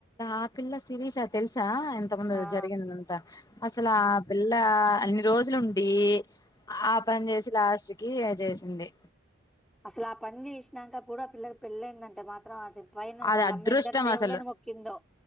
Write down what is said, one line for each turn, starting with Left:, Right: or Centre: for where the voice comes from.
Left: ఆపిల్ల శిరీష తెలు సా ఎంత ముందు
Centre: ఆ
Left: జరిగింద అంత అసలు ఆ పిల్ల అన్ని రోజులుండి ఆహ్ పని చేసి లాస్ట్ క <unintelligible> ఏ చేసింది.
Centre: అసలు ఆ పని చేసినాక కూడా ఆ పిల్లకి పెళ్ళైయిందంటే మాత్రం అది పైన
Left: అది
Centre: వాళ్ళమ్మ
Left: అదృష్టం
Centre: ఎందరు దేవుళ్ళని
Left: అసలు
Centre: మొక్కిందో